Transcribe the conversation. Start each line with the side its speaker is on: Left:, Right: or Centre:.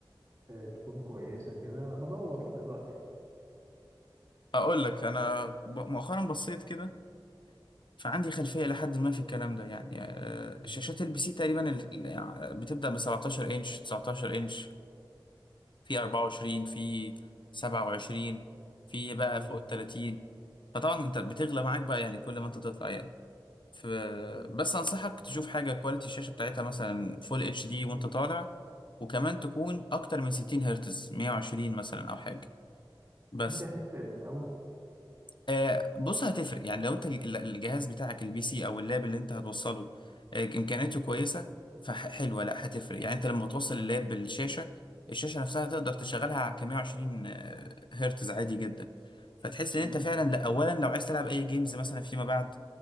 Right: آه تكون كويسة كده أنا بدور دلوقتي
Left: اقول لك انا ب- مؤخرا بصيت كده فعندي خلفيه لحد ما في الكلام ده يعني آه،
Right: مم.
Left: شاشات البي سي تقريبا ال- ال- يعني بتبدا من 17 انش 19 انش في 24 في 27 في بقى
Right: مم.
Left: فوق ال 30 فطبعا انت بتغلى معاك بقى يعني كل ما انت تطلع يعني ف
Right: مم.
Left: بس انصحك تشوف حاجه كواليتي الشاشه بتاعتها مثلا فول اتش دي وانت طالع وكمان تكون اكتر من 60 هرتز 120 مثلا او حاجه بس
Right: هل دي هتفرق قوي
Left: آه، بص هتفرق يعني لو انت ال- الجهاز بتاعك البي سي او اللاب اللي انت هتوصله آه، امكانياته كويسه فحلوه لا هتفرق يعني انت لما توصل اللاب
Right: مم.
Left: بالشاشه الشاشه نفسها تقدر تشغلها على 120 آه، هرتز عادي جدا فتحس
Right: مم.
Left: ان انت فعلا لا اولا لو عايز تلعب اي جيمز مثلا فيما بعد